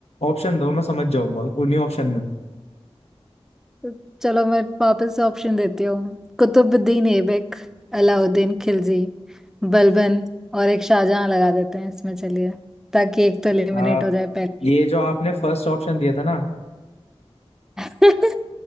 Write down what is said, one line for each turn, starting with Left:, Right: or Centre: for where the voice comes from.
Left: ऑप्शन दो मैं समझ जाऊंगा उन्हीं ऑप्शन में
Centre: को- चलो मैं वापस ऑप्शन देती हूँ कुतुबुद्दीन ऐबक अलाउद्दीन खिलजी बलबन और एक शाहजहां लगा देते हैं इसमें चलिए ताकि एक तो एलिमिनेट
Left: हाँ
Centre: हो जाए पहले
Left: ये जो आपने फर्स्ट ऑप्शन दिया था ना
Centre: <laughs>